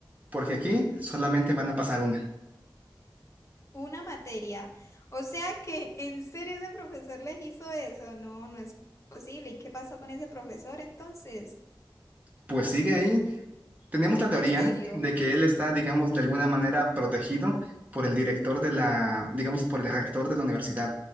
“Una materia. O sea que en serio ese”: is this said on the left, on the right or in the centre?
Left